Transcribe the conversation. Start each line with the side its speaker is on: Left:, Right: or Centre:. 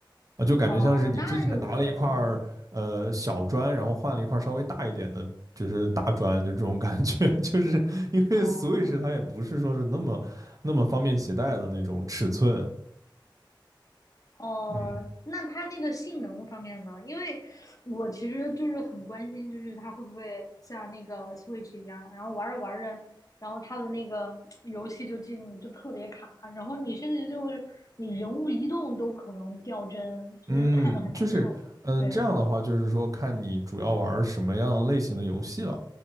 Right: 啊，就感觉像是你之前拿了一块儿呃小砖，
Left: 哦，那就无所谓了。
Right: 然后换了一块儿稍微大一点的，就是大砖，就这种感觉。<laughs> 就是因为
Left: 哦，
Right: Switch 它也不是说是那么那么方便携带的那种尺寸，
Left: 哦，
Right: 嗯
Left: 那它那个性能方面呢？因为我其实就是很关心，就是它会不会像那个 Switch 一样，然后玩着玩着，然后它的那个游戏就进就特别卡，然后你甚至就是你人物移动都可能掉帧，就是看的很难受。
Right: 嗯，就是嗯这样的话，
Left: 对，
Right: 就是说看你主要玩儿什么样类型的游戏了。